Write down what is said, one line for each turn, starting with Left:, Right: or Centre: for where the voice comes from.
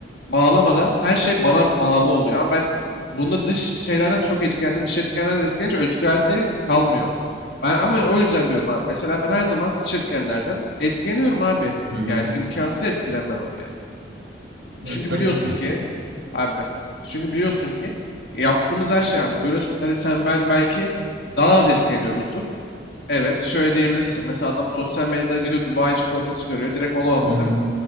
Left: bağlamadan her şey bana bağlı oluyor. Ama ben bunda dış şeylerden çok etkilendim. Dış etkenlerden etkilenince özgür irade kalmıyor. Ben ama o yüzden diyorum abi. Mesela ben her zaman dış etkenlerden etkileniyorum abi.
Right: Hı hı.
Left: Yani imkansız etkilenmemem yani.
Right: Ya,
Left: Çünkü
Right: tabii
Left: biliyorsun
Right: ki.
Left: ki abi çünkü biliyorsun ki yaptığımız her şey abi görüyorsun. Hadi sen ben belki daha az etkileniyoruzdur. Evet, şöyle diyebilirsin. Mesela adam sosyal medyada gidiyor Dubai çikolatası görüyor. Direkt onu alıyor
Right: Hı hı.
Left: değil mi?